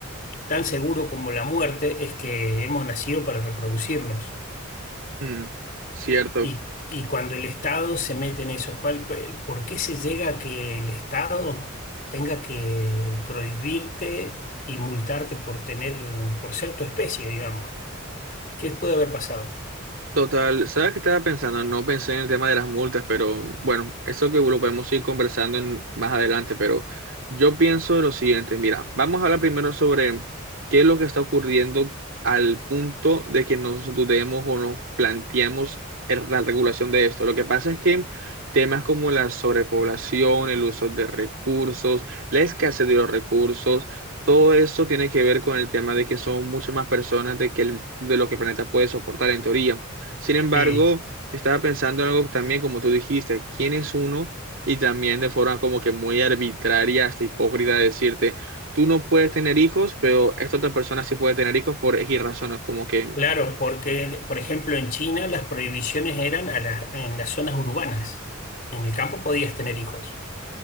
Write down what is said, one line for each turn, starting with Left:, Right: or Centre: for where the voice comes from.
Left: tan seguro como la muerte, es que hemos nacido para reproducirnos.
Right: Mm, cierto.
Left: Y, y cuando el Estado se mete en eso, ¿cuál, cu- por qué se llega a que el Estado tenga que prohibirte y multarte por tener, por ser tu especie, digamos? ¿Qué puede haber pasado?
Right: Total, ¿sabes qué estaba pensando? No pensé en el tema de las multas, pero bueno, eso que lo podemos ir conversando en- más adelante, pero yo pienso lo siguiente, mira, vamos a hablar primero sobre qué es lo que está ocurriendo al punto de que nos dudemos o nos planteemos el- la regulación de esto. Lo que pasa es que temas como la sobrepoblación, el uso de recursos, la escasez de los recursos, todo eso tiene que ver con el tema de que son muchas más personas de, que el- de lo que el planeta puede soportar en teoría. Sin embargo,
Left: Sí,
Right: estaba pensando en algo también, como tú dijiste, ¿quién es uno? Y también de forma como que muy arbitraria, hasta hipócrita, decirte, tú no puedes tener hijos, pero esta otra persona sí puede tener hijos por X razones, como que
Left: claro, porque, por ejemplo, en China las prohibiciones eran a la- en las zonas urbanas. En el campo podías tener hijos.